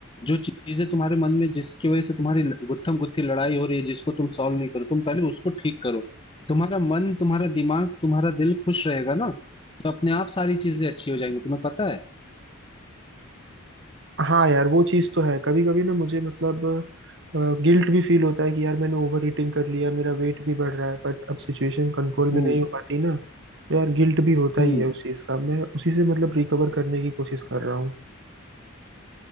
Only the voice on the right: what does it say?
हाँ यार वो चीज़ तो है कभी कभी ना मुझे मतलब गिल्ट भी फील होता है कि यार मैंने ओवर ईटिंग कर लिया मेरा वेट भी बढ़ रहा है बट अब सिचुएशन कंट्रोल
में नहीं हो पाती ना तो यार गिल्ट भी होता
ही है उस चीज का मैं उसी से मतलब रिकवर करने की कोशिश कर रहा हूँ